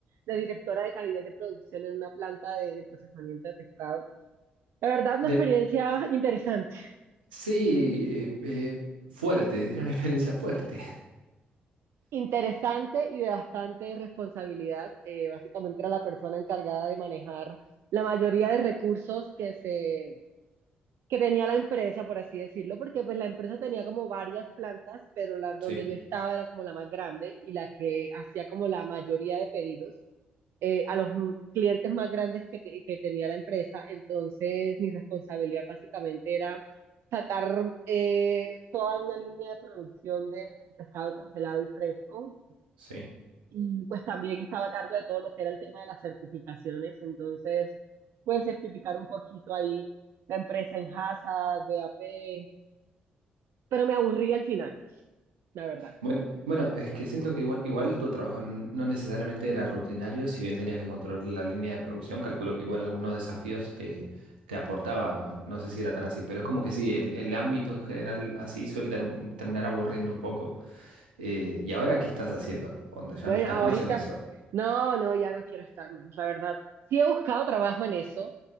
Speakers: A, on the right; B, on the right.
A: de directora de calidad de producción en una planta de, de procesamiento de pescado. La verdad, una
B: De-
A: experiencia interesante,
B: Sí, eh, eh, fuerte, <laughs> era una experiencia fuerte.
A: interesante y de bastante responsabilidad. Eh, básicamente era la persona encargada de manejar la mayoría de recursos que se que tenía la empresa, por así decirlo, porque pues la empresa tenía como varias plantas, pero la donde
B: Sí,
A: yo estaba era como la más grande y la que hacía como la mayoría de pedidos eh, a los m- clientes más grandes que, te- que tenía la empresa. Entonces mi responsabilidad básicamente era sacar eh, toda una línea de producción de pescado congelado y fresco
B: sí.
A: y pues también estaba a cargo de todo lo que era el tema de las certificaciones, entonces pude certificar un poquito ahí la empresa en Hazard, de A P pero me aburrí al final, la verdad.
B: Bueno, bueno, es que siento que igual, igual tu trabajo n- no necesariamente era rutinario, si bien tenías que controlar la línea de producción, calculo que igual algunos desafíos te, te aportaba, no, no sé si era tan así, pero es como que sí, el, el ámbito en general así suele ter- terminar aburriendo un poco. Eh, ¿y ahora qué estás haciendo? Onda, ya
A: Bueno,
B: no estás
A: ahorita,
B: más en eso.
A: no, no, ya no quiero estar más, la verdad. Sí he buscado trabajo en eso,